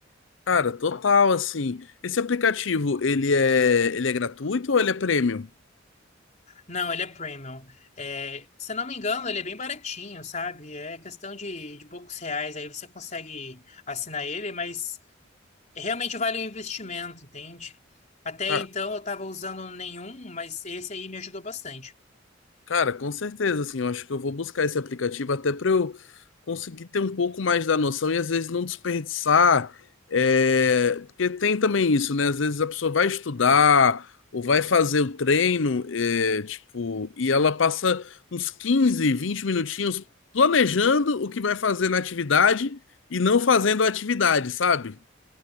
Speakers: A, on the left; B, on the left.
A: Cara, total, assim. Esse aplicativo, ele é, ele é gratuito ou ele é premium?
B: Não, ele é premium. É, se eu não me engano, ele é bem baratinho, sabe? É questão de, de poucos reais, aí você consegue assinar ele, mas realmente vale o investimento, entende? Até
A: Ca-
B: então eu estava usando nenhum, mas esse aí me ajudou bastante.
A: Cara, com certeza, assim, eu acho que eu vou buscar esse aplicativo até para eu conseguir ter um pouco mais da noção e às vezes não desperdiçar, é, porque tem também isso, né? Às vezes a pessoa vai estudar ou vai fazer o treino, é, tipo, e ela passa uns 15 20 minutinhos planejando o que vai fazer na atividade e não fazendo a atividade, sabe?